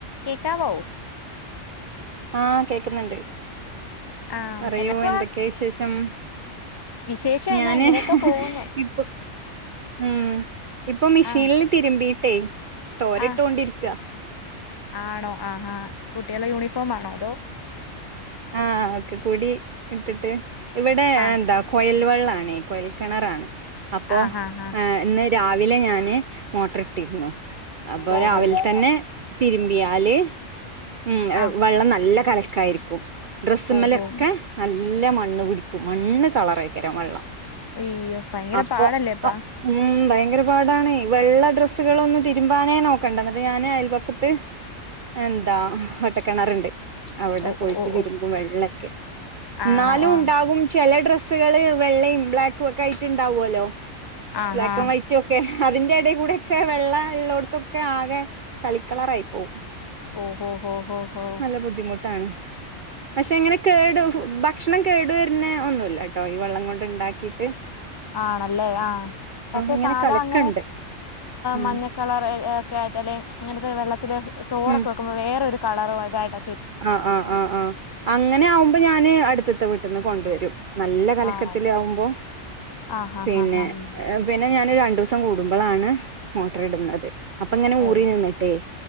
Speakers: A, on the left; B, on the right.
A: കേക്കാവോ
B: ആഹ് കേക്ക് ന്ന്ണ്ട്.
A: ആ
B: പറയൂ
A: എന്നക്കുവാ
B: എന്തൊക്കെ ശേഷം?
A: വിശേഷം
B: ഞാന്
A: എന്നാ ഇങ്ങനെയൊക്കെ പോകുന്നു
B: ഇപ്പൊ ഉം ഇപ്പൊ മിഷീൽല്
A: ആ
B: തിരിമ്പി ട്ടേയ് തോരട്ടോണ്ടിരിക്ക
A: ആ ആണോ ആ ഹ കുട്ട്യാളെ യൂണിഫോ ഫാമാണോ അതോ
B: ആഹ് ഓക്കെ കൂടി ഇട്ട്ട്ട് ഇവടെ
A: ആ
B: എന്താ കൊയൽ വെള്ളാണെ കൊയൽ കെണറാണ്. അപ്പോ
A: ആ ആ ആ
B: എഹ് ഇന്ന് രാവി വിലെ ഞാന് മോട്ടർ ഇട്ടിര്ന്നു. അപ്പോ
A: ഓ
B: രാവിൽ
A: ഓ
B: തന്നെ തിരിമ്പ്യാല് ഉം
A: ആ
B: വെള്ളം നല്ല കലക്കായിരിക്കും. ഡ്രസ്സ്മ്മലെക്കെ
A: ഓ ഓ
B: നല്ല മണ്ണ് പിടി മണ്ണ് കളറ ആയിക്കരാം വെള്ളം
A: അയ്യോ ഭയങ്കര
B: അപ്പൊ
A: പാടല്ലേ അപ്പൊ
B: അ ഉം ഭയങ്കര പാടാണ് വെള്ള ഡ്രസ്സുകൾ ഒന്നും തിരുമ്പാനേ നോക്കണ്ട എന്നിട്ട് ഞാന് അയൽപക്കത്ത് എന്താ കിണറുണ്ട്. അവിടെ
A: ഓ
B: പോയി
A: ഓ ഓ
B: തീരുമ്പും
A: ഓ
B: വെ ള്ളൊക്കെ എന്നാലും
A: ആണോ ആ
B: ഉണ്ടാകും ചില ഡ്ര സ്സു <unintelligible> കള് വെള്ളയും ബ്ലാക്കും ഒക്കെ ആയിട്ട് ഉണ്ടാവുമല്ലോ.
A: ആ
B: ബ്ലാക്ക്
A: ആ
B: ആൻഡ് വൈറ്റ് ഒക്കെ. അതിന്റെ ഇടയിൽ കൂടെ ഒക്കെ വെള്ള ഉള്ളോടത്തൊക്കെ ആകെ ചളിക്കളറായി പോവും
A: ഓ ഹോ ഹോ ഹോ ഹോ
B: നല്ല ബുദ്ധിമുട്ട് ട്ടാണ്. പക്ഷെ എങ്ങനെ കേടു ഭക്ഷണം കേടു വരുന്ന ഒന്നുമല്ല ട്ടോ ഈ വെള്ളം കൊണ്ട് ഉണ്ടാക്കിട്ട്.
A: ആണല്ലേ ആ പക്ഷെ
B: ഇങ്ങനെ
A: സാധാ
B: കലക്കണ്ട്
A: അങ്ങനെ
B: ഉം
A: മഞ്ഞക്കളർ ഒക്കെ ആയിട്ട് അല്ലെ അങ്ങനത്തെ വെള്ളത്തില് ചോറൊക്കെ
B: ഉം
A: വെക്കുമ്പോ വേറൊരു കളറു അതായിട്ട
B: ആഹ് ആഹ് ആഹ് ആഹ് അങ്ങനെ ആവുമ്പോ ഞാന് അടുത്ത ത്ത വീട്ട്ന്ന് കൊണ്ടുവരും. നല്ല കലക്കത്തിലെ
A: ആണോ
B: ആവുമ്പോ
A: ആ ആ
B: പിന്നെ
A: ആ ആ
B: പിന്നെ ഞാൻ രണ്ട് ദിവസം കൂട്മ്പളാണ് മോട്ടർ ഇട് ന്നത്. അപ്പൊ ഇങ്ങനെ
A: ഓ
B: ഊറി നിന്നിട്ടേ